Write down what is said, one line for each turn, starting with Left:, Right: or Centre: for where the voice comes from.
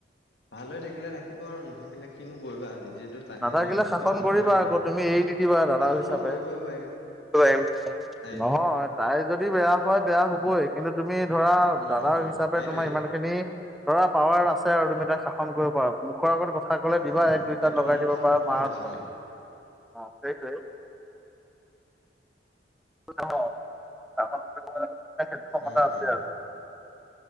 Left: ভাল হৈ থাকিলে ৰাখিব আৰু নাথাকিলে কিনো কৰিবা নিজেতো টানি
Centre: নাথাকিলে
Left: আজুৰি ভাল
Centre: শাসন
Left: কৰাব নোৱাৰা
Centre: কৰিবা
Left: এতিয়া।
Centre: আকৌ তুমি এৰি নিদিবা দাদাক
Left: শাসনটো
Centre: হিচাপে।
Left: কৰিবই পাৰিম।
Centre: <unintelligible>
Left: সেই
Centre: নহয় তাই যদি বেয়া হয় বেয়া হবই কিন্তু তুমি ধৰা
Left: উম
Centre: দাদাক
Left: উম
Centre: হিচাপে
Left: সেইটোৱেই
Centre: তোমাৰ ইমান খিনি ধৰা, পাৱাৰ আছে আৰু তুমি তাইক শাসন কৰিব পাৰা মুখৰ আগত কথা ক'লে
Left: অ
Centre: দিবা
Left: সেইটোতো
Centre: এক দুই
Left: সেইটো
Centre: চাত লগাই।
Left: মোৰ
Centre: <unintelligible>
Left: পাৱাৰটোতো মই দেখামেই।
Centre: অ, সেইটোৱে। <unintelligible> সেইটো ক্ষমতা
Left: উম-
Centre: আছে
Left: উম।
Centre: আৰু